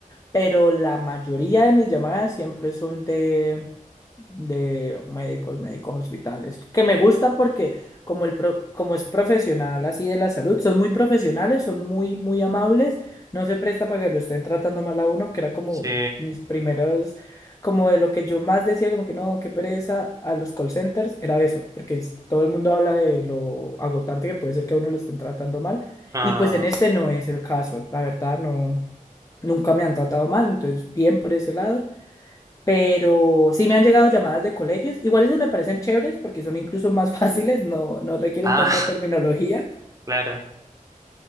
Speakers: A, on the left (about 25°); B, on the right (about 25°).
A: pero la mayoría de mis llamadas siempre son de, de médicos, médicos hospitales, que me gusta porque como, el pro- como es profesional así de la salud, son muy profesionales, son muy, muy amables, no se presta para que lo estén tratando mal a uno, que era como
B: sí.
A: mis primeros, como de lo que yo más decía, como que no, qué pereza a los call centers, era eso, porque es- todo el mundo habla de lo agotante que puede ser que a uno lo estén tratando mal,
B: Ah,
A: y pues en este no es el caso, la verdad no. Nunca me han tratado mal, entonces bien por ese lado. Pero sí me han llegado llamadas de colegios. Igual esas me parecen chéveres porque son incluso más <laughs> fáciles, no, no requieren
B: ah,
A: tanta
B: <laughs>
A: terminología.
B: claro.